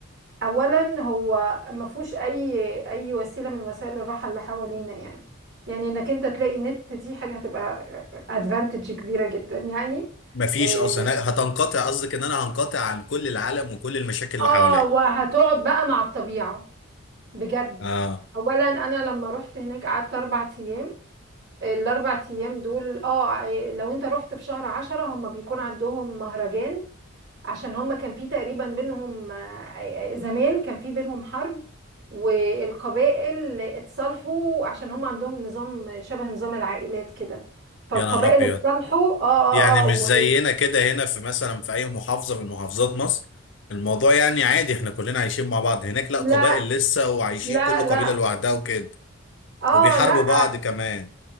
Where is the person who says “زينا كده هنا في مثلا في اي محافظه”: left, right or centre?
Left